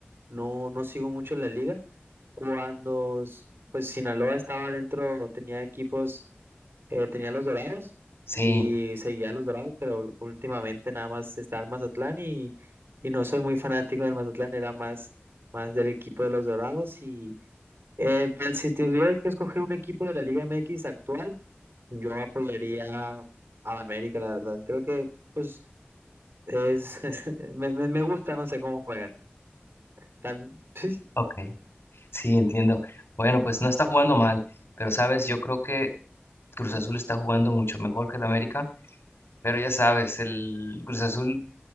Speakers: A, on the right (about 80°); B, on the left (about 85°).
A: no, no sigo mucho la liga. Cuando, s- pues, Sinaloa estaba dentro, tenía equipos Eh, tenía los Dorados
B: Sí,
A: y seguía a los Dorados, pero últimamente nada más está el Mazatlán y, y no soy muy fanático del Mazatlán, era más, más del equipo de los Dorados. Y eh, pues, si tuviera que escoger un equipo de la Liga MX actual, yo apoyaría al América, la verdad. Creo que pues es, <laughs> me, me, me gusta, no sé cómo juegan. Tam- <laughs>
B: ok, sí, entiendo. Bueno, pues no está jugando mal, pero sabes, yo creo que Cruz Azul está jugando mucho mejor que el América, pero ya sabes, el Cruz Azul